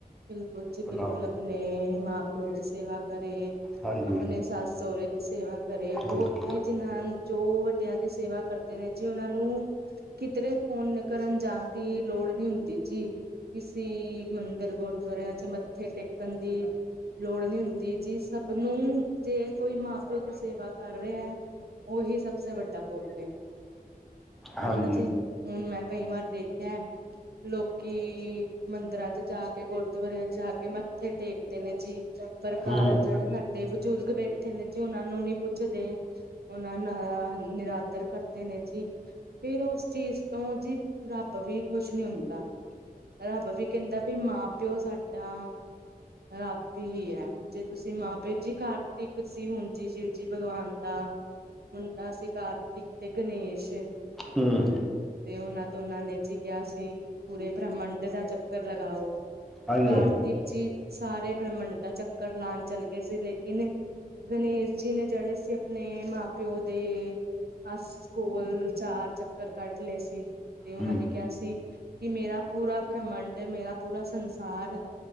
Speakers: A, on the right; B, in the centre.
A: ਬਿਲਕੁਲ ਜੀ
B: ਆਪਣਾ
A: ਬਿਲਕੁਲ, ਆਪਣੇ ਮਾਂ ਪਿਓ ਦੀ ਸੇਵਾ ਕਰੇ।
B: ਹਾਂਜੀ
A: ਆਪਣੇ ਸੱਸ ਸਹੁਰੇ ਦੀ ਸੇਵਾ ਕਰੇ, ਬਹੁ
B: ਹਾਂਜੀ
A: ਜੀ ਜਿਨ੍ਹਾਂ ਜੋ ਵੱਡਿਆਂ ਦੀ ਸੇਵਾ ਕਰ ਨੇ ਜੀ ਉਹਨਾਂ ਨੂੰ, ਕਿਧਰੇ ਪੁੰਨ ਕਰਨ ਜਾਣ ਦੀ ਲੋੜ ਨਹੀਂ ਹੁੰਦੀ ਜੀ। ਕਿਸੀ ਮੰਦਿਰ, ਗੁਰਦੁਆਰਿਆਂ ਚ ਮੱਥੇ ਟੇਕਣ ਦੀ ਲੋੜ ਨਹੀਂ ਹੁੰਦੀ ਜੀ, ਸਭ ਨੂੰ ਜੇ ਕੋਈ ਮਾਂ ਪਿਓ ਦੀ ਸੇਵਾ ਕਰ ਰਿਹਾ ਹੈ ਉਹੀ ਸਭਸੇ ਵੱਡਾ ਪੁਨ ਹੈ,
B: ਹਾਂਜੀ
A: ਹਨਾ ਜੀ। ਹੁਣ ਮੈਂ ਕਈ ਵਾਰ ਦੇਖਿਆ! ਲੋਕੀ ਮੰਦਿਰਾਂ ਚ ਜਾ ਕੇ, ਗੁਰਦੁਆਰਿਆਂ ਚ ਜਾ ਕੇ, ਮੱਥੇ ਟੇਕਦੇ ਨੇ ਜੀ। ਪਰ ਘਰ
B: ਹੂੰ
A: ਜਿਹੜੇ ਸਾਡੇ ਬਜ਼ੁਰਗ ਬੈਠੇ ਨੇ, ਜੀ ਉਹਨਾਂ ਨੂੰ ਨੀ ਪੁੱਛਦੇ। ਉਹਨਾਂ ਨ ਨਿਰਾਦਰ ਕਰਦੇ ਨੇ ਜੀ, ਫੇਰ ਉਸ ਚੀਜ਼ ਤੋਂ ਜੀ ਰੱਬ ਵੀ ਖੁਸ਼ ਨੀ ਹੁੰਦਾ, ਰੱਬ ਵੀ ਕਹਿੰਦਾ, ਮਾਂ ਪਿਓ ਸਾਡਾ ਰੱਬ ਹੀ ਹੈ, <unintelligible> ਜੇ ਤੁਸੀਂ ਮਾਂ ਪਿਓ ਜੀ ਕਰਦੇ ਸੀ ਹੁਣ ਜੀ ਸ਼ਿਵ ਜੀ ਭਗਵਾਨ ਦਾ ਮੁੰਡਾ ਸੀ, ਕਾਰਤਿਕ ਤੇ ਗਣੇਸ਼।
B: ਹੂੰ
A: ਤੇ ਉਹਨਾਂ ਦੋਨਾਂ ਨੇ ਜੀ ਕਿਹਾ ਸੀ, ਪੂਰੇ ਬ੍ਰਹਮੰਡ ਦਾ ਚੱਕਰ ਲਗਾਓ।
B: ਹਾਂਜੀ
A: ਕਾਰਤਿਕ ਜੀ ਸਾਰੇ ਬ੍ਰਾਹਮੰਡ ਦਾ ਚੱਕਰ ਲਾਉਣ ਚੱਲ ਗਏ ਸੀ, ਲੇਕਿਨ ਗਣੇਸ਼ ਜੀ ਨੇ ਜਿਹੜੇ ਸੀ ਆਪਣੇ ਮਾਂ ਪਿਓ ਦੇ ਅਸ ਕੋਲ ਚਾਰ ਚੱਕਰ ਕੱਟ ਲਏ ਸੀ, ਤੇ ਉਹਨਾਂ
B: ਹੂੰ
A: ਨੇ ਕਿਹਾ ਸੀ ਕਿ ਮੇਰਾ ਪੂਰਾ ਬ੍ਰਮੰਡ ਏ, ਮੇਰਾ ਪੂਰਾ ਸੰਸਾਰ।